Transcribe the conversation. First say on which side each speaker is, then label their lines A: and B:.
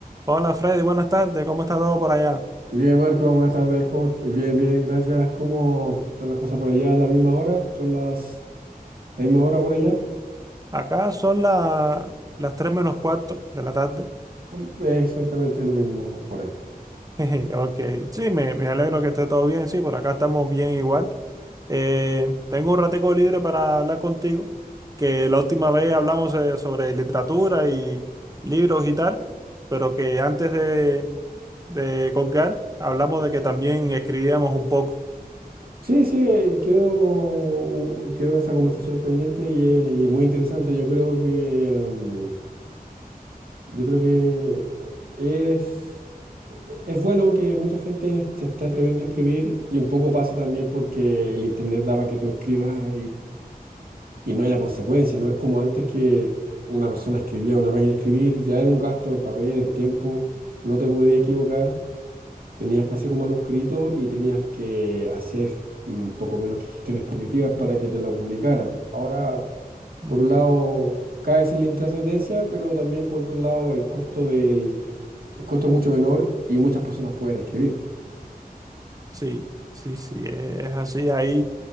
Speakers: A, on the right; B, on the right.
A: Hola Freddy, buenas tardes, ¿cómo está todo por allá?
B: Bien, Marco, buenas tardes. ¿Cómo- Bien, bien, gracias. ¿Cómo están las cosas por allá? ¿Es la misma hora? ¿Son las la misma hora por allá?
A: Acá son la- las 3 menos cuarto de la tarde.
B: Mm, eh, Exactamente lo mismo por acá.
A: <laughs> Jeje, Ok, sí, me, me alegro que esté todo bien, sí, por acá estamos bien igual. Eh, tengo un ratico libre para hablar contigo, que la última vez hablamos eh, sobre literatura y libros y tal, pero que antes de, de colgar hablamos de que también escribíamos un poco.
B: Sí, sí, eh, quedó, u- quedó esta conversación pendiente y es, y es muy interesante. Yo creo que, mm, yo creo que es, e- es bueno que mucha gente se esté atreviendo a escribir y un poco pasa también porque el internet daba que tú escribas y no haya consecuencias. No es como antes que una persona escribía, en una máquina de escribir, ya era un gasto en papel, en tiempo, no te podías equivocar, tenías que hacer un manuscrito y tenías que hacer mm, poco menos que gestiones políticas para que te lo publicaran. Ahora,
A: Ujú.
B: por un lado, caes en la intrascendencia, pero también por otro lado, el costo del, el costo es mucho menor y muchas personas pueden escribir.
A: Sí, sí, sí, e- es así. Ahí,